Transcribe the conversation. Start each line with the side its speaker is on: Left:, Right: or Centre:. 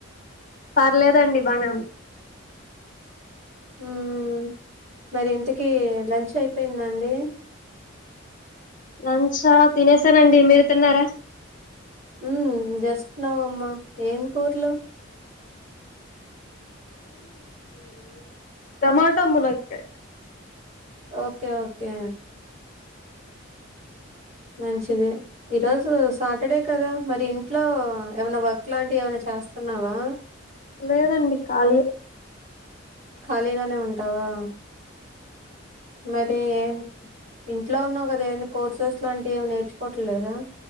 Left: పర్లేదండి బానేఉంది
Right: ఉం మరి ఇంతకి లంచ్ అయిపోయిందా అండి.
Left: లంచా తినేసానండి మీరు తిన్నారా
Right: ఉం జస్ట్ నౌ అమ్మ ఏన్ కూర్లు
Left: టమాటా మునక్కాయ్
Right: ఓకే ఓకే మంచిది ఈరోజు సాటర్డే కదా మరి ఇంట్లో ఏవన్నా వర్క్ లాంటి ఎవన్న చే చేస్తన్నావా
Left: లేదండి ఖాళీ ఏ
Right: ఖాళీగానే ఉంటావా మరి ఏం ఇంట్లో ఉన్నావు కదా ఏన్ని కోర్సెస్ లాంటివి ఏమి నేర్చుకోవట్లలేదా